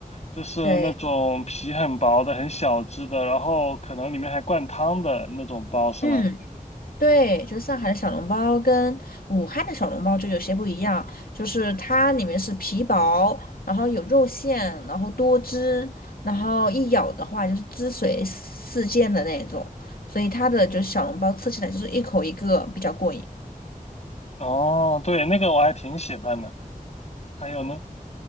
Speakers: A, on the left; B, on the left.
A: 就是那种皮很薄的、
B: 对，
A: 很小只的，然后可能里面还灌汤的那种包，是吗？
B: 嗯，对，就是上海的小笼包跟武汉的小笼包就有些不一样，就是它里面是皮薄，然后有肉馅，然后多汁，然后一咬的话就是汁水四溅的那种，所以它的就是小笼包吃起来就是一口一个比较过瘾。
A: 哦，对，那个我还挺喜欢的。还有呢，